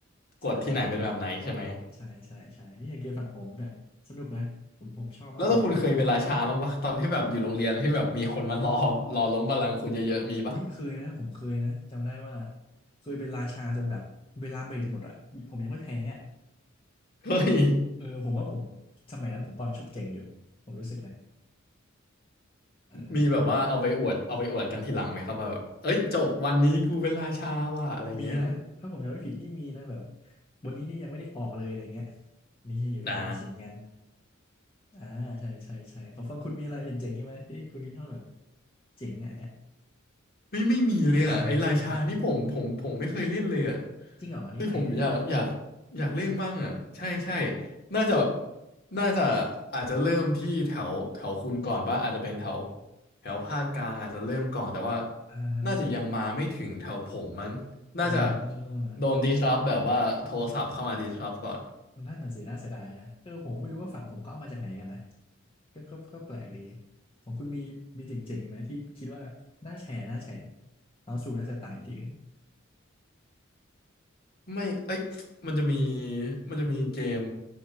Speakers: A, on the left; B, on the left.
A: กฎที่ไหนเป็นแบบไหนใช่ไหม
B: ใช่ ใช่ใช่ใช่นี่อย่างเกมฝั่งผมเนี่ยสนุกนะผมผมชอบมากเลยนะ
A: แล้วถ้าคุณเคยเป็นราชาบ้างปะตอนที่แบบอยู่โรงเรียนที่แบบมีคนมารอรอล้มบัลลังก์คุณเยอะๆมีปะ
B: อุ้ยเคยนะผมเคยนะจำได้ว่าเคยเป็นราชาจนแบบเวลาเบรกหมดอ่ะผมยังไม่แพ้อะ
A: เฮ้ย
B: เออผมว่าผมสมัยนั้นผมตอนชุบเก่งอยู่ผมรู้สึกนะเออเออเออ
A: มีแบบว่าเอาไปอวดเอาไปอวดกันทีหลังไหมครับว่าแบบเอ้ยจบวันนี้กูเป็นราชาว่ะอะไรเงี้ย
B: มีนะถ้าผมจำไม่ผิดนี่มีนะแบบวันนี้นี่ยังไม่ได้ออกเลยอะไรเงี้ยนี่เป็นการขิงกัน
A: อ่า
B: อ่าใช่ใช่ใช่ขอฟังคุณมีอะไรเจ๋งๆอีกไหมที่คุณคิดว่าแบบเจ๋งอะอันเนี้ย
A: ไม่ไม่มีเลยอ่ะไอ้ราชานี่ผมผมผมไม่เคยเล่นเลยอ่ะ
B: แชร์หน่อยมาแชร์หน่อยจริงเหรออันนี้ใหม่เลยเหรอ
A: เฮ้ยผมอยากอยากอยากเล่นบ้างอ่ะใช่ใช่น่าจะน่าจะอาจจะเริ่มที่แถวแถวคุณก่อนป่ะอาจจะเป็นแถวแถวภาคกลางอาจจะเริ่มก่อนแต่ว่า
B: อ่า
A: น่าจะยังมาไม่ถึงแถวผมมั้งน่าจะ
B: เออ
A: โดนดิสรับแบบว่าโทรศัพท์เข้ามาดิสรับก่อน
B: นั่นน่ะสิน่าเสียดายนะเออผมไม่รู้ว่าฝั่งผมเขาเอามาจากไหนกันนะก็ก็ก็แปลกดีของคุณมีมีเจ๋งๆอีกไหมที่คิดว่าน่าแชร์น่าแชร์เอาสู่น่าจะต่างจากที่อื่น
A: ไม่เอ้ยมันจะมีมันจะมีเกม